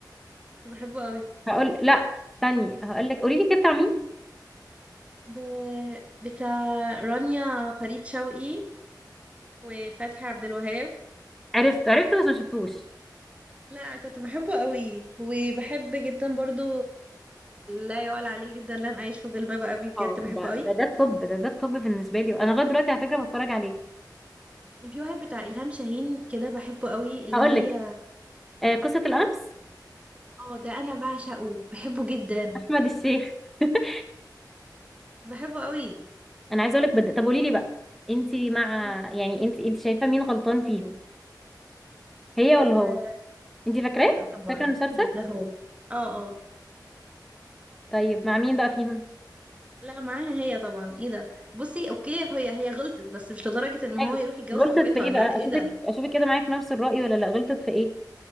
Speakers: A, on the right; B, in the centre.
A: كنت بحبه قوي
B: هقول لا استني هقول لك قولي لي كده بتاع مين
A: ب... بتاع رانيا فريد شوقي وفتحي عبد الوهاب
B: عرفت عرفت بس ما شفتوش
A: لا كنت بحبه قوي وبحب جدا برضو لا يعلى عليه جدا لن اعيش في جلباب ابي
B: اه
A: بجد بحبه
B: ده
A: قوي
B: ده ده الطب ده ده الطب بالنسبه لي انا لغايه دلوقتي على فكره بتفرج عليه
A: كان في واحد بتاع الهام شاهين كده بحبه قوي اللي
B: هقول
A: هي
B: لك آه قصه الامس
A: اه ده انا بعشقه بحبه جدا
B: احمد الشيخ <laughs>
A: بحبه قوي
B: انا عايزه اقول لك بد... طب قولي لي بقى انت مع
A: مم.
B: يعني انت انت شايفه مين غلطان فيهم هي ولا
A: آه
B: هو انت فاكراه
A: طبعا
B: فاكره المسلسل
A: ده هو اه اه
B: طيب مع مين بقى فيهم
A: لا معاها هي طبعا ايه ده بصي اوكي هي هي غلطت بس مش لدرجة ان
B: حلو
A: هو يروح يتجوز
B: غلطت
A: صاحبتها
B: في ايه بقى
A: لا ايه
B: اشوفك
A: ده
B: اشوفك كده معايا في نفس الرأي ولا لا غلطت في ايه